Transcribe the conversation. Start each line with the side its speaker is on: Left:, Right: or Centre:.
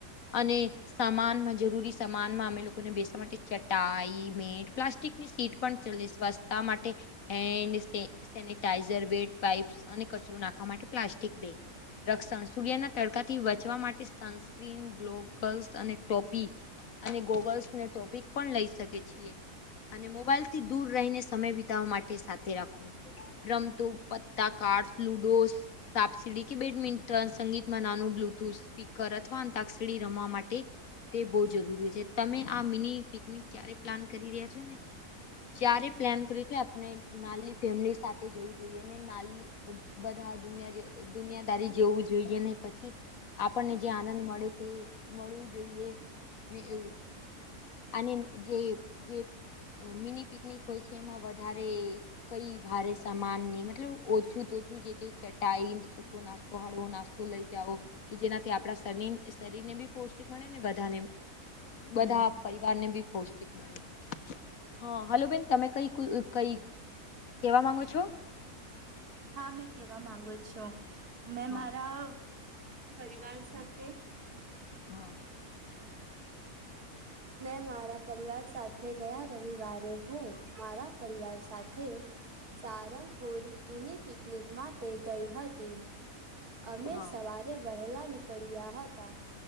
Left: અને સામાનમાં જરૂરી સમાનમાં અમે લોકોને બેસવા માટે ચટાઈ મેટ પ્લાસ્ટિકની સીટ પણ તા સ્વાસ્થ્ય માટે હેન્ સેનટાઈઝર વેડ પાઇપ્સ અને કચરો નાખવા માટે પ્લાસ્ટિક બેગ રક્ષણ સૂર્યના તડકાથી બચવા માટે સનસ્ક્રીન ગ્લોગલ્સ અને ટોપી અને ગોગલ્સને ટોપિક પણ લઈ શકે છીએ. અને મોબાઈલ થી દૂર રહીને સમય બિતાવવા માટે સાથે રાખવો. રમતો પતા કાર્ડ લુડો સાપ સીડી કે બેડમિન્ટન સંગીતમાં નાનું બ્લુટુથ, સ્પીકર અથવા અતાક્ષીડી રમવા માટે તે બહ જરૂરી છે તમે આ મિની પિકનિક ક્યારે પ્લાન કરી રહ્યા છો ને જ્યારે પ્લાન કરી છે આપણે નાની ફેમિલી સાથે જોવું જોઈએ ને ના બધા દ દુનિયાદારી જવું જોઈએ ને પછી આપણને જે આનંદ મળે તે મળવું જોઈએ ને એવું અને જે મિની પિકનિક હોય છે એમાં વધારે કઈ ભારે સમાન મતલબ ઓછું તો ચટાઈકો, સુખો નાસ્તો હળવો નાસ્તો લઈ જાવ કે જેનાથી આપણા શરીરને બી પષ્ટ મળે ને બધાને
Right: હમ
Left: બધા પરિવારને બી પૌષ્ટિક મળ હા હલો બેન તમે કઈ કઈ કેવા માંગો છો?
Right: હા મેં કેવા માંગુ છું, મેં
Left: હા
Right: મારા પરિવાર સાથે
Left: હા.
Right: મેં મારા પરિવાર સાથે ગયા રવિવારે હું મારા પરિવાર સાથે સારંગપુર મિની પિકનિક માટે ગઈ હતી. અમે
Left: હા
Right: સવારે વહેલા નીકળ્યા હતા.